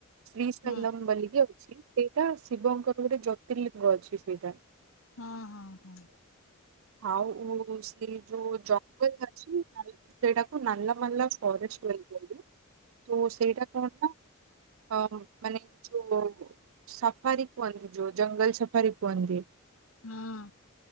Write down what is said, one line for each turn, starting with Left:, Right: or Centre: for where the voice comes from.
Right: ଶ୍ରୀ ଶୈଲମ
Left: ହଁ
Right: ବଲିକି ଅଛି ସେଇଟା ଶିବଙ୍କର ଗୋଟେ ଜ୍ୟୋତିର୍ଲିଙ୍ଗ ଅଛି ସେଇଟା।
Left: ହଁ ହଁ ହଁ।
Right: ଆଉ ସେ ଯୋଉଁ ଜଙ୍ଗଲ ଅଛି ସେଇଟା ନାଲା ମାଲା ଫରେଷ୍ଟ ମଲ ତ ସେଇଟା କଣ ନା ମାନେ ଯୋଉଁ ସଫାରି କୁହନ୍ତି ଯଉଁ ଜଙ୍ଗଲ ସଫାରି କୁହନ୍ତି।
Left: ହଁ।